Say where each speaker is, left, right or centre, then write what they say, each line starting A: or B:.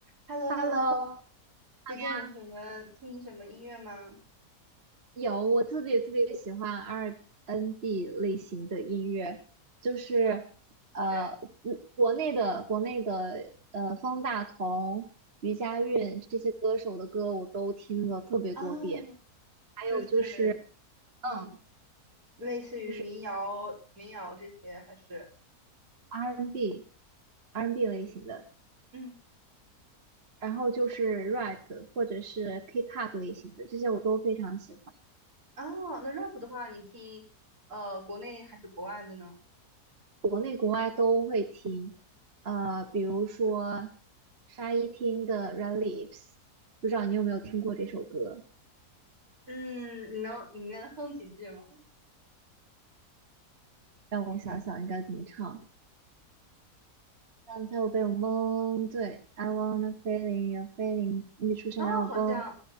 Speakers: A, on the right; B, on the right.
A: h e l l o
B: Hello
A: h e l l o 最近有什么听什么音乐吗？
B: 呀，有我特别特别喜欢 R&B n 类型的音乐，就是呃，
A: 对，
B: 嗯国内的国内的呃方大同、余佳运这些歌手的歌我都听了特别多遍，
A: 啊，
B: 还有就是
A: 就是嗯，
B: 嗯，
A: 类似于民谣、
B: 就是
A: 民谣这些，还是
B: R&B n R&B n 类型的，
A: 嗯
B: 然后就是 rap 或者是 K-pop 类型的，这些我都非常喜欢。
A: 哦，那 rap 的话，你听呃国内还是国外的呢？
B: 国内国外都会听，呃，比如说
A: 嗯，
B: 沙一汀的《Red Lips》，不知道你有没有听过这首歌？
A: 嗯，你能你能哼几句吗？
B: 让我想想应该怎么唱。刚才我被我蒙，对，I wanna feeling your feeling，你的出现让我崩，
A: 啊，好像